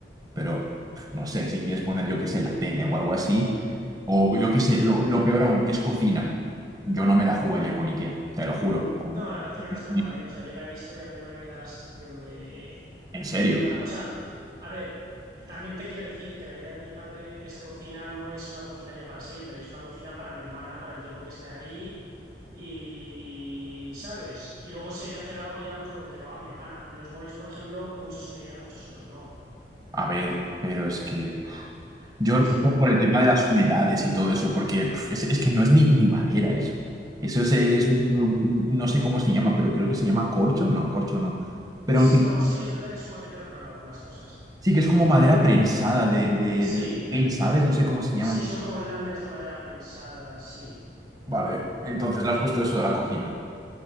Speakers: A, on the right; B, on the right.
A: pero pf, no sé, si quieres poner, yo qué sé, la tele o algo así, o yo qué sé, lo, lo peor aún, que es cocina, yo no me la jugaría con IKEA, te lo juro, con-
B: No, la cocina no
A: no,
B: está
A: ni-
B: mal, ¿eh? O sea, yo la he visto y a mí no me da la sensación de,
A: en serio.
B: de mala. O sea, a ver, también te quiero decir que la idea de mi padre de esa cocina no es una cocina ya para siempre, es una cocina para mi hermana, para el tiempo que esté ahí y, ¿sabes? Y luego si hay que hacer algo ya, pues lo que lo haga mi hermana. Los muebles, por ejemplo, muchos son de Ikea, muchos otros no,
A: A ver, pero es que yo
B: que ella
A: lo
B: ha
A: digo
B: ido comprando
A: por el tema
B: ella.
A: de las humedades y todo eso, porque pf, es, es que no es ni, ni madera eso. Eso es, es un- no sé cómo se llama, pero creo que se llama corcho, no, corcho no. Pero
B: Sí,
A: en fin,
B: no, sí que es verdad que es un material raro algunas cosas.
A: sí que es como madera prensada de, de, del
B: Sí,
A: pin, ¿sabes? No sé cómo se llama.
B: sí, son como láminas de madera prensadas, sí.
A: Vale, entonces le has puesto eso de la cocina.